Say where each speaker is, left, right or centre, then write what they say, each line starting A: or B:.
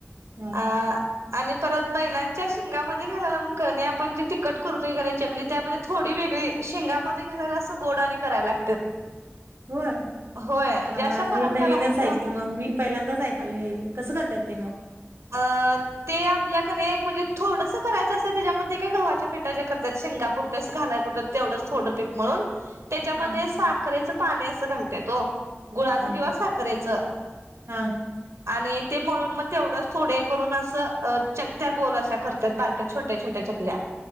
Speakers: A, on the right (about 60°); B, on the right (about 80°).
A: ह
B: अ. आणि परत बैलांच्या शिंगामध्ये घालायला कणी आपण जे तिखट करतोय कणी चकली त्या मध्ये थोडी वेगळी शिंगामध्ये घालायला असं गोड आणि करायला लागत्यात.
A: होय.
B: होय म्हणजे
A: अ
B: अशा परंपरा
A: हे नवीनच
B: आहेत
A: आहे
B: ओ
A: की मग मी पहिल्यांदाच ऐकायलोय कसं करतात ते मग.
B: अ. ते आपल्या कणी कुणी थोडसं करायचं असतं. त्याच्यामुळे ते काय गव्हाच्या पिठाच्या करतात. शिंगापुरत्याच घालाय कुठ. तेवढंच थोडं पीठ मळून. त्याच्यामध्ये
A: हा
B: साखरेचं पाणी असं घालत्यात ओ. गुळाचं
A: हा
B: किंवा साखरेच
A: हा
B: आणि ते मळून मग तेवढं थोडे करून असं चकत्या गोल अशा करतात. बारक्या छोट्या छोट्या चकल्या.